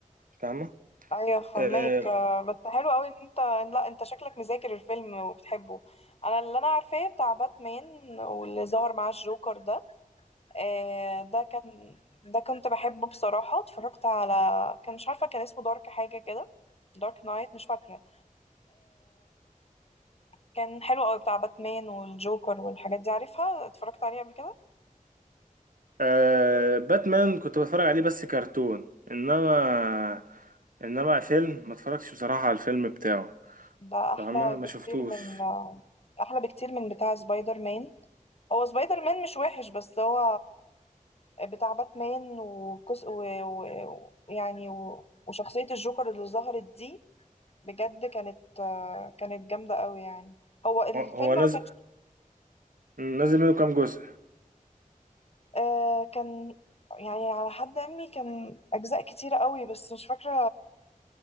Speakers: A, on the right (about 75°); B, on the left (about 45°).
A: فاهمة
B: ايوه فهماك
A: آه،
B: آه، بس حلو قوي ان انت لا انت شكلك مذاكر الفيلم وبتحبه انا اللي انا عارفاه بتاع باتمان واللي ظهر معاه الجوكر ده آه، ده كان ده كنت بحبه بصراحه اتفرجت على كان مش عارفه كان اسمه دارك حاجه كده دارك نايت مش فاكره كان حلو قوي بتاع باتمان والجوكر والحاجات دي عارفها اتفرجت عليه قبل كده
A: آه باتمان كنت بتفرج عليه بس كرتون انما انما فيلم ما اتفرجتش بصراحة على الفيلم بتاعه
B: ده
A: فاهمة
B: احلى
A: ما
B: بكتير
A: شفتوش
B: من احلى بكتير من بتاع سبايدر مان هو سبايدر مان مش وحش بس هو بتاع باتمان وكس و... و... يعني و... وشخصية الجوكر اللي ظهرت دي بجد كانت كانت جامدة قوي يعني هو الفيلم
A: هو هو
B: ما
A: نازل
B: كانش
A: نازل منه كام جزء
B: آه، كان يعني على حد علمي كان أجزاء كتيرة قوي بس مش فاكرة